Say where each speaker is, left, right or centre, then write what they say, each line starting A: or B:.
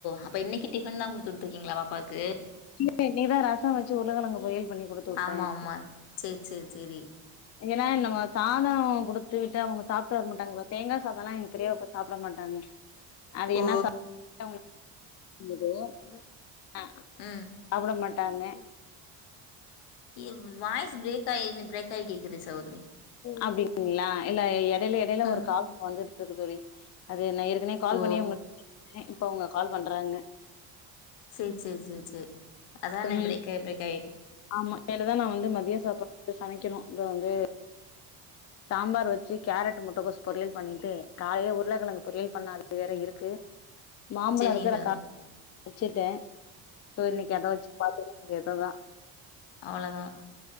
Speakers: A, on the left (about 75°); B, on the left (about 40°).
A: அப்ப இன்னக்கி டிஃபன் தா குடுத்துவிட்ருக்கீங்ளா பப் பாக்கு
B: <inaudible> இன்னைக்கிதா ரசோ வச்சு உருளக்கெழங்கு பொரியல் பண்ணி குடுத்து விட்டேன்
A: ஆமா ஆமா சேரி சேரி சேரி.
B: ஏன்னா நம்ம சாதோ குடுத் து விட்டு அவங்க சாப்ட்டு வர மாட்டாங்கப்பா தேங்கா சாதோல்லா எங்க பெரிய பாப்பா சாப்ட மாட்டாங்க. அது என்ன
A: ஓ!
B: சாதோ அவுங்களுக் நல்லதோ ஆ அதெல்லா
A: ம்,
B: சாப்பட மாட்டாங்க <inaudible>
A: இவ் வாய்ஸ் பிரேக் ஆயி நின் பிரேக் ஆயி கேக்குது சகோதரி.
B: அப்டி <inaudible> ங்ளா இல்ல எட யில எடையில
A: ம்.
B: ஒரு கால் வந்துது துது தோழி அது நா ஏற்கனவே கால்
A: ஓ!
B: பண்ணியே அவுங்க <inaudible> இப்ப அவுங்க கால் பண்றாங்க
A: சேரி சேரி சேரி சேரி அதானே
B: ம்
A: பிரேக் ஆகி பிரேக் ஆகி
B: ஆமா இனிமேலுதா நா வந்து மதியோ சாப்பாடு சமைக்கணு இது வந்து சாம்பார் வச்சு கேரட் முட்டக்கோஸ் பொரியல் பண்ணிட்டு காலைல உருளக்கெழங்கு பொரியல் பண்ணது வேற இருக்கு மாம்பழோ
A: சரிங்க
B: இருக்கு அதோட
A: சகோதரி.
B: கா காலைலயே ரசமு வச்சுட்டே அப்போ இன்னைக்கு அத வச்சு பாத்துக்க வேண்டியதுதா.
A: அவ்ளவுதா